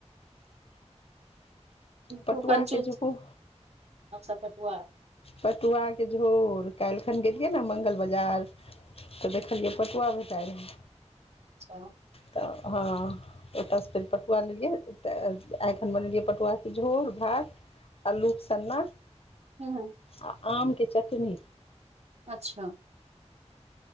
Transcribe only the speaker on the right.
कू <unintelligible> कञ्चूस
अच्छा पटुआ
छ <unintelligible>
हूँ
अच्छा